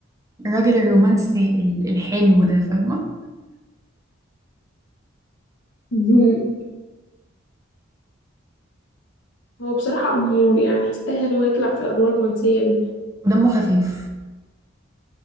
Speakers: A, on the right; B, on the left.
A: الراجل الرومانسي ال- الحلو ده فاهمه
B: مهم. هو بصراحه امور يعني يستاهل انه يطلع في الادوار الرومانسيه دي
A: ودمه خفيف